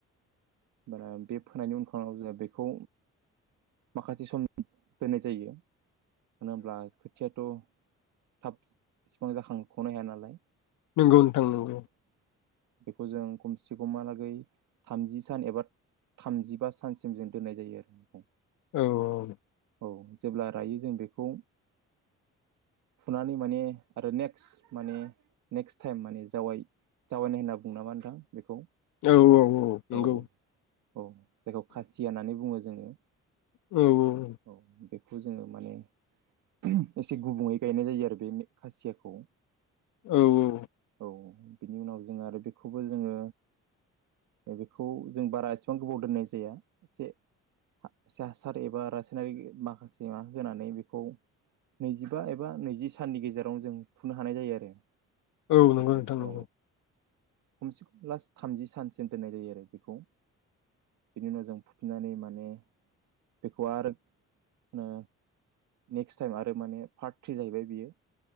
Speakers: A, on the right; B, on the left.
A: बारा बे फोनायनि उनथाराव जोङो बेखौ माखासे समनि दोननाय जायो। होनोब्ला खोथियाथ' थाब इसिबां जाखांख'नो हायानालाय।
B: नोंगौ नोंथां नोंगौ।
A: बेखौ जों खमसि खमहा लाग ओइ थामजि सान एबा थामजिबा सानसिम जों दोननाय जायो आरो बेखौ।
B: औ औ औ।
A: औ जेब्ला रायो जों बेखौ फुनानै माने आरो नेक्स्ट माने नेक्स्ट टाइम माने जावाय जावायनाय होनना बुङो नामा नोंथां? बेखौ
B: औ औ औ नंगौ।
A: औ औ। जायखौ खासिया होननानै बुङो। जोङो,
B: औ औ औ।
A: औ दे। खौ जोङो माने उमह एसे गुबुनङै गायनाय जायो आरो बे खासियाखौ।
B: औ औ।
A: औ बिनि उनाव जों आरो बेखौबो जोङो बेखौ जों बारा एसेबां गोबाव दोननाय जाया एसे हा हासार‌ एबा नारि माखासे माबा होनानै बेखौ नैजिबा एबा नैजि साननि गेजेराव जों फुनो हानाय जायो आरो।
B: औ
A: बेखौ
B: नंगौ नोंथां नंगौ।
A: औ खमसे खम लास थामजि सानसिम दोननाय जायो आरो बेखौ बेनि उनाव जों फुफिननानै माने बेखौ आरो नो नेक्स्ट टाइम आरो माने पार्ट थ्रि जाहैबाय बियो